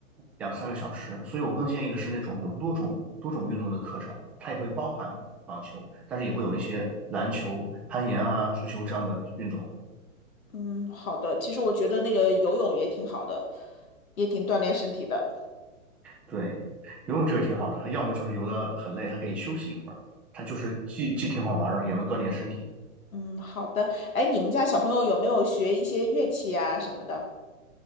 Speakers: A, in the centre; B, on the left.
A: 两三个小时。所以我更建议的是那种有多种多种运动的课程，它也会包含网球，但是也会有一些篮球、攀岩啊、足球这样的运动。
B: 嗯，好的，其实我觉得那个游泳也挺好的，也挺锻炼身体的。
A: 对，游泳这个挺好的，它要么就是游得很累，他可以休息一会儿，它就是既既挺好玩儿的，也能锻炼身体。
B: 嗯，好的。哎，你们家小朋友有没有学一些乐器啊什么的？